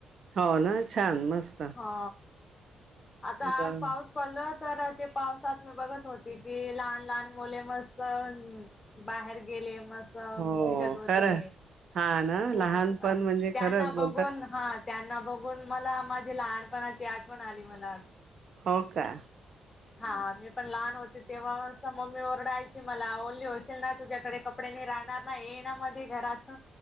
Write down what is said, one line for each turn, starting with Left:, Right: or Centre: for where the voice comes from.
Right: हो ना छान मस्त
Left: हो आता
Right: बर
Left: आज पाऊस पडल तर ते पावसात मी बघत होती. की लहान लहान मुले मस्त बाहेर न गेले मस <unintelligible>
Right: हो
Left: भिगत होते.
Right: खरं हा ना लहानपण
Left: हो हो आन,
Right: म्हणजे
Left: त्यांना
Right: खरंच बोलतात
Left: बघून हा त्यांना बघून मला माझे लहान पणाची आठवण आली मला
Right: हो का?
Left: हा मी पण लहान होते तेव्हा अस मम्मी ओरडायची मला ओल् लीच होशिल ना तुझ्याकडे कपडे नई राहणार ना, ये ना मध्ये घरात